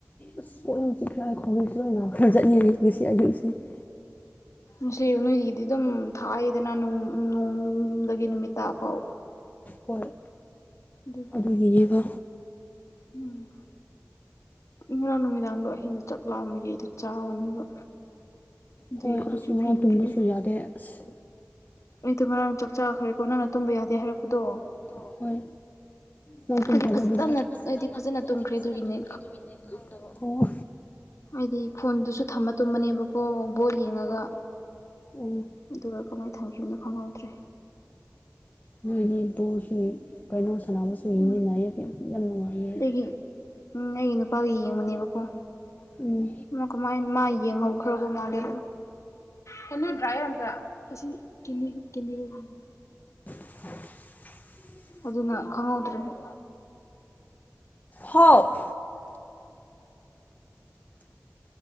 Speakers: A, on the left (about 30°); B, on the left (about 70°).
A: ꯑꯁ ꯄꯠꯅ ꯆꯤꯛ ꯑꯩ ꯈꯣꯡꯁꯨ ꯂꯣꯏ ꯃꯌꯥꯝ ꯈ ꯆꯠꯅꯤꯡꯔ ꯉꯁꯤ ꯑꯩꯒꯤ ꯏꯁꯩ <inaudible>
B: ꯉꯁꯤꯒꯤꯗꯤ ꯑꯗꯨꯝ ꯊꯥꯏꯗ ꯅꯅ <inaudible> ꯅꯣꯡꯗꯒꯤ ꯅꯨꯃꯤꯠ ꯇꯥ ꯐꯥꯎ
A: ꯍꯣꯏ
B: ꯑꯗꯨꯒꯤ
A: ꯑꯗꯨꯒꯤꯅꯦꯕ
B: ꯎꯝ ꯉꯔꯥꯡ ꯅꯨꯃꯤꯗꯥꯡꯗꯣ ꯑꯍꯤꯡꯗꯣ ꯆꯥꯛ ꯂꯥꯝꯕꯒꯤ ꯑꯩꯗꯣ ꯆꯥꯕꯅꯦꯕ ꯑꯗꯨꯏ
A: ꯍꯣꯏ
B: ꯀꯣꯂꯤꯛꯁꯨ
A: ꯑꯁ ꯉꯔꯥꯡ
B: ꯐꯦꯡꯗ꯭ꯔꯤ
A: ꯇꯨꯡꯕꯁꯨ ꯌꯥꯗꯦ ꯑꯁ
B: ꯑꯩꯗꯣ ꯉꯔꯥꯡ ꯆꯥꯛ ꯆꯥꯈ꯭ꯔꯦꯀꯣ ꯅꯪꯅ ꯇꯨꯝꯕ ꯌꯥꯗꯦ ꯍꯥꯏꯔꯛꯄꯗꯣ
A: ꯑꯣ ꯍꯣꯏ ꯅꯪ ꯇꯨꯝꯈꯔꯕ
B: ꯑꯩꯗꯤ ꯐꯖꯅ
A: ꯑꯗꯨꯗ ꯐꯖꯅ
B: ꯑꯩꯗꯤ
A: ꯍꯥꯏꯗꯤ
B: ꯇꯨꯝꯈ꯭ꯔꯦ
A: ꯐꯖꯅ
B: ꯑꯗꯨꯒꯤꯅꯦ
A: ꯇꯨꯝꯈ꯭ꯔꯦ ꯑꯗꯨꯒꯤꯅꯦ ꯈꯪꯗꯕ ꯑꯣ
B: ꯍꯥꯏꯗꯤ ꯐꯣꯟꯗꯨꯁꯨ ꯊꯝꯃ ꯇꯨꯝꯕꯅꯦꯕꯀꯣ ꯕꯣꯜ ꯌꯦꯡꯉꯒ
A: ꯑꯣ
B: ꯑꯗꯨꯒ ꯀꯃꯥꯏꯅ ꯊꯝꯈꯤꯕꯅꯣ ꯈꯪꯍꯧꯗ꯭ꯔꯦ
A: ꯅꯣꯏꯗꯤ ꯄꯣꯠꯁꯨ ꯀꯩꯅꯣ ꯁꯥꯟꯅꯕꯁꯨ ꯌꯦꯡꯃꯤꯟꯅꯩꯌꯦ
B: ꯎꯝ
A: ꯌꯥꯝ ꯅꯨꯡꯉꯥꯏꯌꯦ
B: ꯑꯗꯒꯤ ꯎꯝ ꯑꯩꯒꯤ ꯅꯨꯄꯥꯒ ꯌꯦꯡꯃꯤꯟꯅꯩꯕꯀꯣ
A: ꯎꯝ
B: ꯃꯥ ꯀꯃꯥꯏ ꯃꯥ ꯌꯦꯡꯍꯧꯈ꯭ꯔꯕ ꯃꯥꯂꯦ ꯀꯅꯣ ꯗ꯭ꯔꯥꯏ ꯍꯗ ꯑꯁꯤ ꯀꯅꯤ ꯀ <inaudible>
A: <inaudible>
B: ꯑꯗꯨꯅ ꯈꯪꯍꯧꯗ꯭ꯔꯤꯕ
A: ꯍꯥꯎ